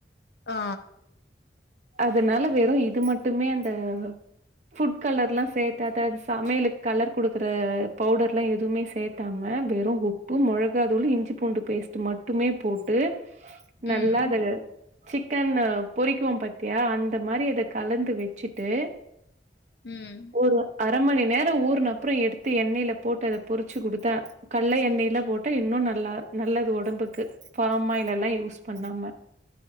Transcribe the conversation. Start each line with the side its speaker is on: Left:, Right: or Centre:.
Left: ஆ
Right: அதனால வெறு இது மட்டுமே அந்த ஃபுட் கலர்லா சேத்தாத அது சமையலுக் கலர் குடுக்குற பவுடர்லா எதுவுமே சேத் காம வெறு உப்பு மொழகாதூளு இஞ்சி பூண்டு பேஸ்ட்டு மட் ட்டுமே போட்டு நல்லா
Left: ம்
Right: அத சிக்கன்ன பொறிக்குவோ பாத் த்தியா அந்த மாரி அத கலந்து வெச்சிட்டு
Left: ம்
Right: ஒரு அர மணி நேரோ ஊர்ன அப்றோ எடுத்து எண்ணெயில போட்டு அத பொறிச்சு குடுத்தா கல்ல எண்ணெயில போட்டு இன்னு நல்லா நல்லது ஒடம்புக்கு பாம்மாயில் எல்லா யூஸ் பண்ணாம